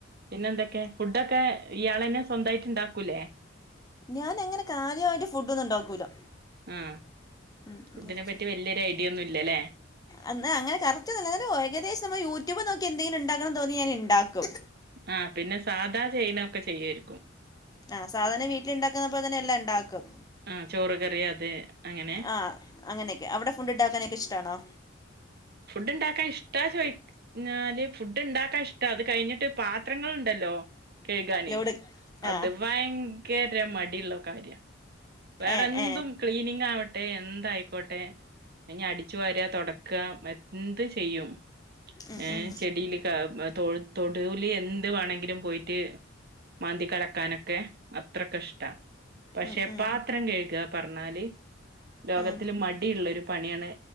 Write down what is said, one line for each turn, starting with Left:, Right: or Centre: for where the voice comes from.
Right: പിന്നെന്തൊക്കെ ഫുഡൊക്കെ ഇയാള് തന്നെ സ്വന്തമായിട്ട് ഉണ്ടാക്കൂലേ
Left: ഞാന് അങ്ങനെ കാര്യമായിട്ട് ഫുഡ് ഒന്നും ഉണ്ടാക്കൂല
Right: ആ
Left: ഉം,
Right: ഫുഡിനെ
Left: ഇത് വലിച്ചോ.
Right: പറ്റി വല്യരു ഐഡിയ ഒന്നും ഇല്ലല്ലോ
Left: അന്ന് അങ്ങനെ കററ്റ് <unintelligible> ഏകദേശം നമ്മൾ യൂട്യൂബ് നോക്കി എന്തെങ്കിലും ഉണ്ടോ ഉണ്ടാകാൻ തോന്നി ഞാൻ ഉണ്ടാക്കും
Right: ആ പിന്നെ സാധാ ചൈന ഒക്കെ ചെയ്യുന്ന ഒക്കെ ചെയ്യായിരിക്കും
Left: ആ സാധാരണ വീട്ടില് ഉണ്ടാക്കുന്നപ്പോലെ തന്നെ എല്ലാം ഉണ്ടാക്കും
Right: ആഹ് ചോറ് കറി അത് അങ്ങനെ
Left: ആ അങ്ങനെയൊക്കെ അവിടെ ഫുഡ് ഉണ്ടാക്കാനൊക്കെ ഇഷ്ടാണോ
Right: ഫുഡ് ഉണ്ടാക്കാൻ ഇഷ്ടാ ചോദിചാല് ഫുഡ് ഉണ്ടാക്കാൻ ഇഷ്ട അത് കഴിഞ്ഞിട്ട് പാത്രങ്ങള് ഉണ്ടല്ലോ ഓ കഴുകാനേ
Left: ലോഡ്
Right: അത്
Left: ആ
Right: ഭയങ്കര മടുള്ള കാര്യ വേറെ
Left: ഏ
Right: എന്തും
Left: ഏ
Right: ക്ലീനിംഗ് ആവ ട്ടെ എന്തായിക്കോട്ടെ ഇനി അടിച്ചു വരിക തുടക്ക എന്ത് ചെയ്യും
Left: ഉം,
Right: ഏ
Left: ഉം,
Right: ചെടിയിലെക്ക് ആകും മ തൊട് തൊടു കുലി എന്ത് വേണമെങ്കിലും പോയിട്ട് മാന്തി കളക്കാനെ ഒക്കെ അത്ര കഷ്ടാ പക്ഷെ
Left: ഉം, ഉം,
Right: പാത്രം കഴുക പറഞ്ഞാല് ലോകത്തില്
Left: ഉം.
Right: മടിയുള്ള ഒരു പണിയാണ്